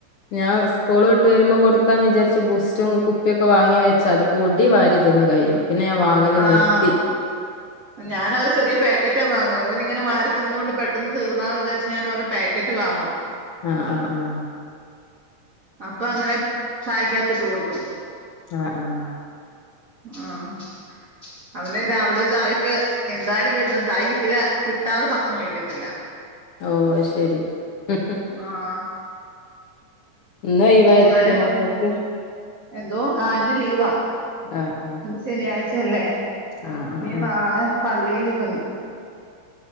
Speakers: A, on the left; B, on the right.
A: ഞാൻ സ്കൂള് വിട്ട് വരുമ്പോ കൊടുക്കാന്ന് വിചാരിച്ച് ബുസ്റ്റും കുപ്പിയൊക്ക വാങ്ങി വെച്ചാത് പൊടി വാരി തിന്ന് കഴിയും പിന്നെ ഞാൻ വാങ്ങല്
B: ആഹ്
A: നിർത്തി
B: ഞാനൊരു ചെറിയ പാക്കറ്റാ വാങ്ങാ ഇവനിങ്ങനെ വാരി തിന്നുന്നോണ്ട് പെട്ടെന്ന് തീർന്നാന്ന് വിചരിച്ച് ഞാൻ ഒരു പാക്കറ്റ് വാങ്ങും
A: ആഹ് ആഹ് ആഹ്
B: അപ്പങ്ങനെ ചായക്കാത്തിട്ട് കൊടുക്കും
A: ആഹ് ആഹ്
B: ആഹ് അവനെ രാവിലെ ചായൊക്ക് എന്തായാലും കിട്ടണം ചായ കിട്ടില്ല കിട്ടാതെ ഭക്ഷണം കഴിക്കത്തില്ല
A: ഓ അത്ശരി <unintelligible>
B: ആഹ്
A: ഇന്ന് ലീവായിരിക്കല്ലേ
B: ചായൊന്ന്
A: മക്കക്ക്‌
B: എന്തോ ആഹ് ഇന്ന് ലീവാ
A: ആഹ് ആഹ്
B: ഇന്ന് ശനിയാഴ്ചയല്ലേ
A: ആഹ്
B: ഇനീ
A: ആഹ്
B: നാളെ
A: ആഹ്
B: പള്ളിൽ ഇതുണ്ട്